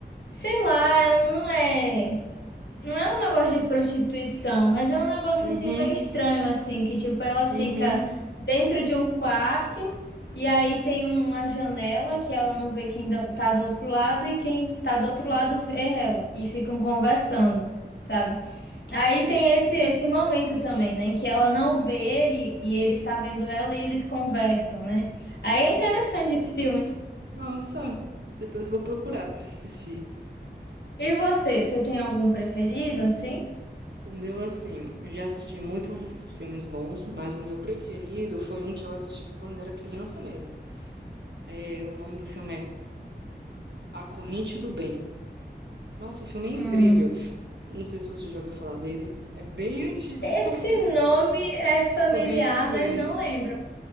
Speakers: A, on the left; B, on the right.
A: Sei lá, é um- não é. Não é um negócio de prostituição, mas é um negócio
B: Uhum.
A: assim meio estranho, assim, que tipo, ela fica
B: Uhum.
A: dentro de um quarto e aí tem uma janela que ela não vê quem da- tá do outro lado e quem tá do outro lado vê ela e ficam conversando, sabe? Aí tem esse esse momento também, né, que ela não vê ele e ele está vendo ela e eles conversam, né? Aí é interessante esse filme.
B: Nossa. Depois eu vou procurar para assistir.
A: E você, você tem algum preferido assim?
B: O meu, assim, eu já assisti muitos filmes bons, mas o meu preferido foi um que eu assisti quando era criança mesmo. É, o nome do filme é A Corrente do Bem. Nossa, o filme é incrível.
A: Hum.
B: Não sei se você já ouviu falar dele. É bem antigo
A: Esse
B: também.
A: nome
B: <laughs>
A: é familiar,
B: A Corrente do Bem.
A: mas não lembro.